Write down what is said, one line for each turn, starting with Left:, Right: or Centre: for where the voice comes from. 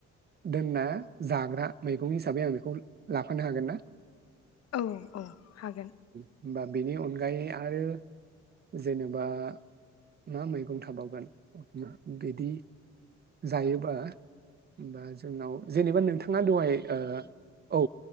Right: दोनना जाग्रा मैगं हिसाबै आं बेखौ लाफानो हागोन ना?
Left: औ औ हागोन
Right: होमबा बेनि अनगायै आरो जेनेबा मा मैगं थाबावगोन बिदि जायोबा बा जोंनाव जेनेबा नोंथाङा दहाय औ